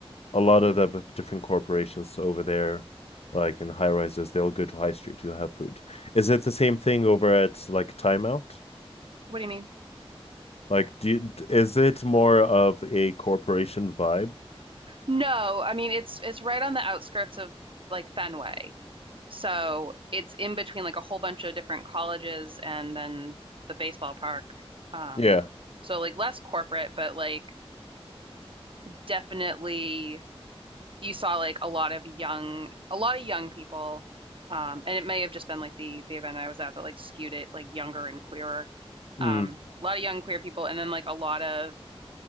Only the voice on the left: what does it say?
a lot of the different corporations over there like in high rises they all go to high street to have food is it the same thing over at like timeout
like do you, is it more of a corporation vibe
yeah
mm.